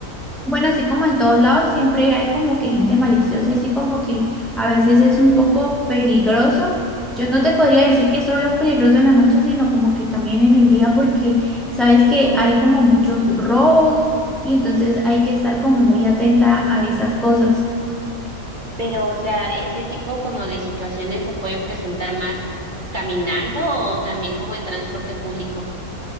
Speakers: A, in the centre; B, on the right (about 35°).
A: bueno, así como en todos lados, siempre hay como que gente maliciosa, y así como que a veces es un poco peligroso. Yo no te podría decir que solo es peligroso en la noche, sino como que también en el día, porque sabes que hay como muchos robos y entonces hay que estar como muy atenta a esas cosas.
B: Pero, o sea, este tipo como de situaciones se pueden presentar más caminando o también como en transporte público.